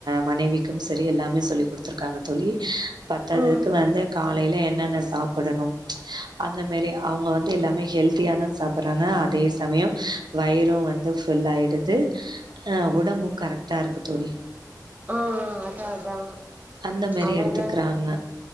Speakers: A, on the right; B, on the right.
A: மனைவிக்கும் செரி எல்லாமே சொல்லி குடுத்துருக்காங்க தோழி பத்தாததுக்கு
B: ஆ
A: வந்து கா காலைல என்னென்ன சாப்பிடனும் அந்த மாரி அவுங்க வந்து எல்லாமே ஹெல்தியாதா சாப் போறாங்க அதே சமயம் வயிறும் வந்து ஃபுல் ஆயிடு து அ உடம்பும் கரெக்டா இருக்கு தோழி
B: ஆ அதா அதா
A: அந்த மாரி
B: அவங்க
A: எடுத்துக்குறாங்க